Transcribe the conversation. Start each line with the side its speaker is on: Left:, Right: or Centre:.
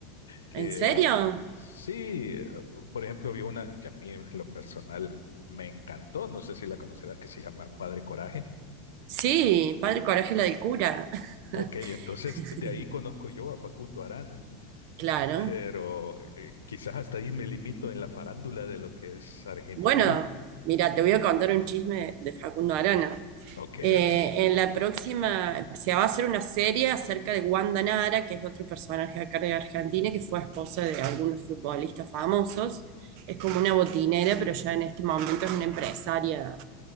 Left: que
Right: ¿En serio?
Left: uh, sí, uh, por ejemplo, vi una que a mí en lo personal me encantó, no sé si la conocerás, que se llama Padre Coraje.
Right: Sí, Padre Coraje la del cura.
Left: Ok,
Right: <laughs>
Left: entonces de ahí conozco yo a Facundo Arana,
Right: Claro.
Left: pero eh, quizás hasta ahí me limito en la farándula de lo que es Argentina.
Right: Bueno, mira, te voy a contar un chisme de Facundo Arana.
Left: Ok,
Right: Eh,
Left: a ver.
Right: en la próxima se va a hacer una serie acerca de Wanda Nara, que es otro personaje acá de Argentina, que fue esposa de algunos futbolistas famosos. Es como una botinera, pero ya en este momento es una empresaria